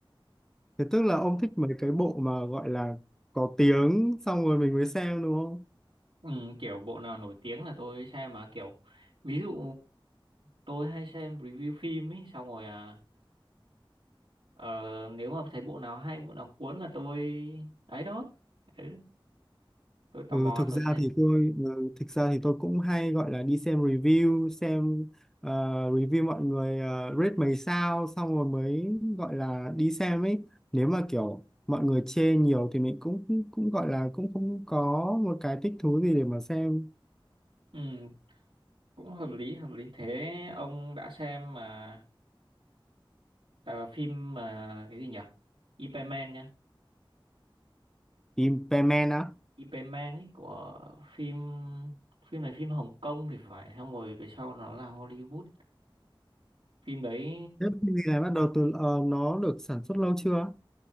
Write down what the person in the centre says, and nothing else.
thế tức là ông thích mấy cái bộ mà gọi là có tiếng xong rồi mình mới xem đúng không
Ừ,
thực
ra
thì tôi ừ, thực ra thì tôi cũng hay gọi là đi xem review xem ờ, review mọi người ờ, rate mấy sao xong rồi mới gọi là đi xem ấy nếu mà kiểu mọi người chê nhiều thì mình cũng cũng gọi là cũng không có một cái thích thú gì để mà xem
Implement á
Thế cái gì này bắt đầu từ ờ, nó được sản xuất lâu chưa?